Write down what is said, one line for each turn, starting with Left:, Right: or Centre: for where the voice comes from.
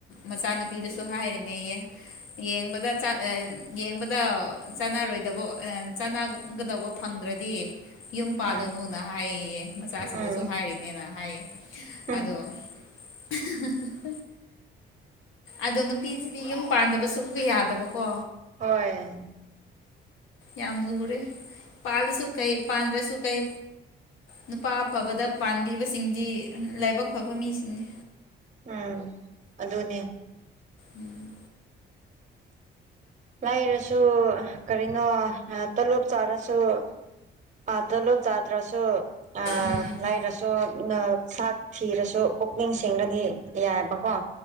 Left: ꯃꯆꯥꯅꯨꯄꯤꯗꯨꯁꯨ ꯍꯥꯏꯔꯤꯅꯦꯌꯦ ꯌꯦꯡꯕꯗ ꯌꯦꯡꯕꯗ ꯆꯥꯟꯅꯔꯣꯏꯗꯕ ꯆꯥꯟꯅꯒꯗꯧꯕ ꯐꯪꯗ꯭ꯔꯗꯤ ꯌꯨꯝ ꯄꯥꯜꯂꯨꯅꯨꯅ
Right: ꯎꯝ
Left: ꯍꯥꯏꯌꯦ ꯃꯆꯥꯁꯤꯡꯗꯁꯨ
Right: ꯎꯝ
Left: ꯍꯥꯏꯔꯤꯅꯦꯅ ꯍꯥꯏꯌꯦ
Right: ꯎꯝ
Left: ꯑꯗꯣ <unintelligible> ꯑꯗꯣ ꯅꯨꯄꯤꯁꯤꯗꯤ ꯌꯨꯝ ꯄꯥꯟꯗꯕꯁꯨ ꯑꯨꯛꯀ ꯌꯥꯗꯕꯀꯣ
Right: ꯍꯣꯏ
Left: ꯌꯥꯝ ꯂꯔꯦ ꯄꯥꯜꯁꯨ ꯀꯩ ꯄꯥꯟꯗ꯭ꯔꯁꯨ ꯀꯥꯏ ꯅꯨꯄꯥ ꯐꯕꯗ ꯄꯥꯟꯕꯤꯕꯁꯤꯡꯗꯤ ꯂꯥꯏꯕꯛ ꯐꯕ ꯃꯤꯁꯤꯡꯅꯤ
Right: ꯎꯝ ꯑꯗꯨꯗꯅ
Left: ꯎꯝ
Right: ꯂꯥꯏꯔꯁꯨ ꯀꯔꯤꯅꯣ ꯇꯂꯣꯞ ꯆꯥꯔꯁꯨ ꯄꯥꯇꯂꯨ ꯇꯥꯗ꯭ꯔꯁꯨ ꯑ
Left: ꯎꯝ
Right: ꯂꯏ ꯔꯁꯨꯣ ꯅ ꯆꯥꯛ ꯊꯤꯔꯁꯨ ꯄꯨꯛꯅꯤꯡꯁꯤꯡꯂꯗꯤ ꯌꯥꯏꯑꯕꯀꯣ